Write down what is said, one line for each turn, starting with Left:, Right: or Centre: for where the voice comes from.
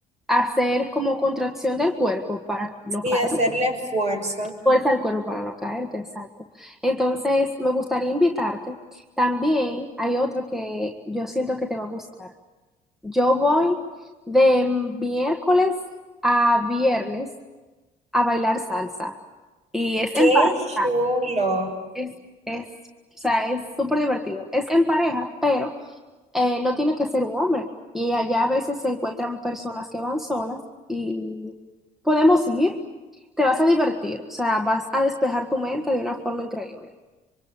Centre: hacer como contracción del cuerpo para no
Right: Y
Centre: caer,
Right: hacerle fuerza.
Centre: fuerza al cuerpo para no caerte, exacto. Entonces, me gustaría invitarte. También hay otro que yo siento que te va a gustar. Yo voy de miércoles a viernes a bailar salsa. Y es
Right: ¡Qué
Centre: en pareja,
Right: chulo!
Centre: es, es, o sea, es súper divertido. Es en pareja, pero eh, no tiene que ser un hombre. Y allá a veces se encuentran personas que van solas y podemos ir. Te vas a divertir, o sea, vas a despejar tu mente de una forma increíble.